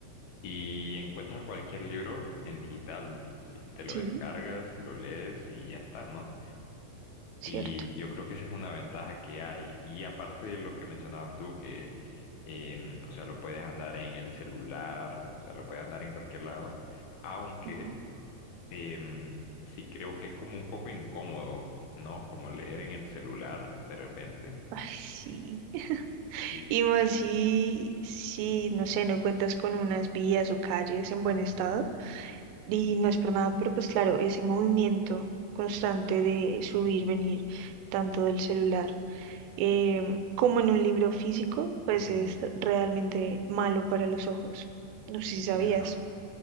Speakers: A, on the left (about 70°); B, on the right (about 90°).
A: y encuentras cualquier libro en digital. Si te lo
B: sí,
A: descargas, lo lees y ya está, ¿no?
B: cierto.
A: Y yo creo que esa es una ventaja que hay. Y aparte de lo que mencionabas tú, que, em, o sea, lo puedes andar en el celular, o sea, lo puedes andar en cualquier lado. Aunque
B: ujú.
A: em, sí creo que es como un poco incómodo, ¿no? Como leer en el celular de repente.
B: Ay, sí. <laughs>
A: Sí.
B: Y más si, si, no sé, no cuentas con unas vías o calles en buen estado.
A: Ujú,
B: Y no es por nada, pero pues claro, ese movimiento constante de subir, venir, tanto del celular em, como en un libro físico, pues
A: ujú.
B: es realmente malo para los ojos. No sé si sabías.
A: Claro.